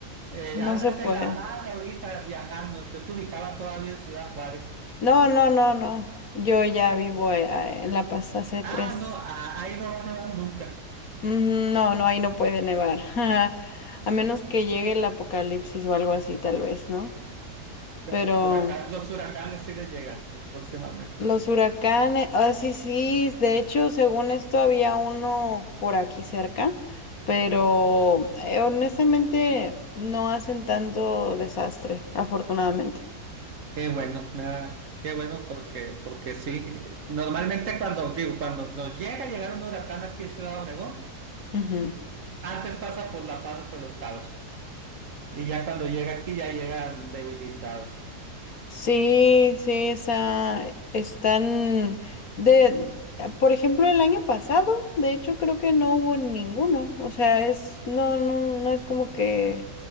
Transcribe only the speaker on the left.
no
se puede.
No, no, no, no. Yo ya vivo eh, ah, en La Paz hace tres.
Mm, No, no, ahí no puede nevar. <laughs> A menos que llegue el apocalipsis o algo así, tal vez, ¿no?
Pero
los huracanes, ah, sí, sí. De hecho, según esto, había uno por aquí cerca, pero eh, honestamente no hacen tanto desastre, afortunadamente.
Ujú.
Sí, sí, esa, están de, por ejemplo, el año pasado, de hecho, creo que no hubo ninguno. O sea, es, no, no, no es como que